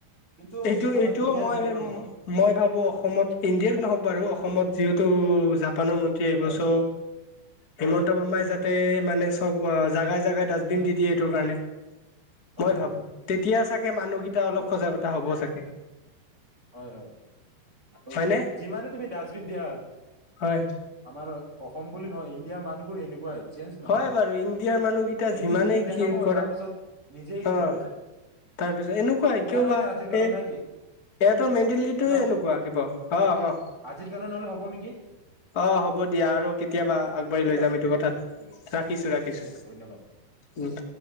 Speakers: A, on the right; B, on the left.
A: কিন্তু
B: এইটো
A: আমাৰ
B: এইটোও
A: ইণ্ডিয়াত
B: মই
A: এনেকুৱা নহয়
B: মই ভাবো অসমত ইণ্ডিয়াত নহওক বাৰু অসমত যিহেতু প্ৰানৰ মন্ত্ৰী আহিব
A: হয়
B: চ'
A: হয়
B: হিমন্ত বামাই যা তাতে মানে চব অ জাগাই জোগাই ডাষ্টবিন দি দিয়ে এইটো কাৰণে
A: হয়
B: মই ভাবো
A: হয়
B: তেতিয়া চাগে তাকে মানুহকেইটা অলপ
A: হয়
B: সজাগতা হবও চাগে
A: হয় হয় আৰু
B: হয়নে
A: যিমানে তুমি ডাষ্টবিন দিয়া
B: হয়
A: আমাৰ অসম বুলি নহয় ইণ্ডিয়াৰ মানুহবোৰ এনেকুৱাই চেঞ্জ নহয়
B: হয় বাৰু ইণ্ডিয়াৰ মানুহকেইটা যিমানেই
A: এদিন দুদিন দেখাব
B: কি কৰা
A: তাৰ পাছত নিজেই কিবা
B: অ
A: হৈ যায়
B: তাৰ পিছত এনেকুৱাই
A: দিয়া
B: কিয়
A: নহ'লে
B: বা
A: আজিৰ কাৰণে
B: এই ইাত
A: নে কি
B: ত মেণ্টেলিটিটো
A: হেল্ল'
B: এনেকুৱা কিব অ অ
A: আজিৰ কাৰণে নহ'লে হ'ব নেকি
B: অ হ'ব দিয়া আৰু কেতিয়াবা আগবাঢ়ি
A: ঠিক
B: লৈ যাম
A: আছে
B: এইটো কথাত
A: ঠিক আছে
B: ৰাখিছো ৰাখিছো
A: ঠিক আছে ধন্যবাদ ধন্যবাদ
B: উ